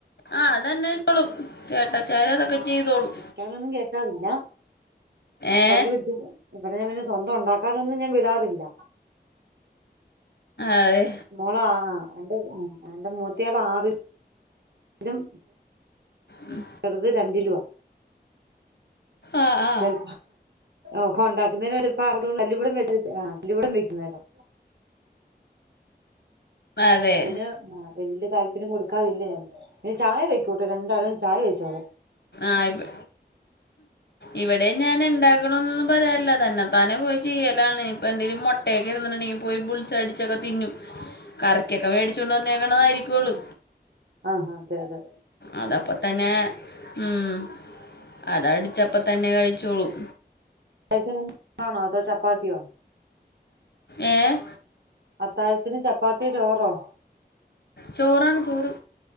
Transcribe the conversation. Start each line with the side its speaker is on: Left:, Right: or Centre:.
Left: ആഹ് അതന്നെ ഇപ്പളും ചേട്ടച്ചാര് അതൊക്കെ ചെയ്തോളും
Right: വേറെഒന്നും കേക്കാറില്ല.
Left: ഏ
Right: തല്ലു പിടിച്ചിട്ട ഇവിടെ ഞാൻ പിന്നെ സ്വന്തം ഒണ്ടാക്കാനൊന്നും ഞാൻ വിടാറില്ല
Left: ആയ്
Right: മോളാ ആ എന്റെ എന്റെ മൂത്തയാൾ ആറി ലും
Left: ഉം
Right: ചെറുത് രണ്ടിലുവാ
Left: ആ ആ
Right: ചെൽ ഒക്കെ ഉണ്ടാക്കുന്നേനൊരു <unintelligible> <unintelligible> വെക്കുന്നേരം
Left: അതെ
Right: അതിന് ആ വല്യ താല്പര്യം കൊടുക്കാറില്ല ഞാൻ പിന്നെ ചായ വയ്ക്കൂട്ടോ രണ്ടാളും ചായ വച്ചോളും
Left: ആഹ് ഇവ് ഇവിടേം ഞാൻ ഇണ്ടാക്കണന്നൊന്നും പറയാറില്ല തന്നെ താനെ പോയി ചെയ്യലാണ് ഇപ്പ എന്തെലും മൊ ട്ടേക്കെ ഇരുന്നിട്ടൊണ്ടെങ്കിപോയി ബുൾസ് ഐ അടിച്ചൊക്കെ തിന്നും
Right: അ
Left: കറിക്കൊക്കെ വേടിച്ചു കൊണ്ട് വന്നേക്കണതായിരിക്കൊള്ളൂ
Right: ആഹ് ആഹ് അതെ അതെ
Left: അതപ്പ തന്നെ ഉം അതടിച്ചപ്പ തന്നെ കഴിച്ചോളും
Right: അത്താഴത്തിന് <inaudible> പാണോ അതോ ചപ്പാത്തിയോ
Left: ഏഹ്
Right: അത്താഴത്തിന് ചപ്പാത്തിയോ ചോറോ
Left: ചോറാണ് ചോറ്